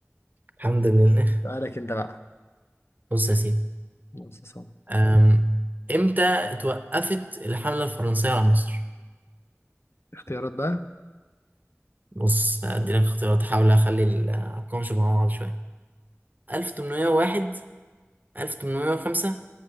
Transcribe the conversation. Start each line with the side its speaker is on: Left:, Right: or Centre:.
Right: الحمد لله
Left: سؤالك انت بقى
Right: بص يا سيدي
Left: بص يا صاحبي.
Right: أم، إمتى اتوقفت الحملة الفرنسية على مصر؟
Left: اختيارات بقى
Right: بص أدي لك اختيارات أحاول أخلي الأرقام شبه بعض شوية 1801 1805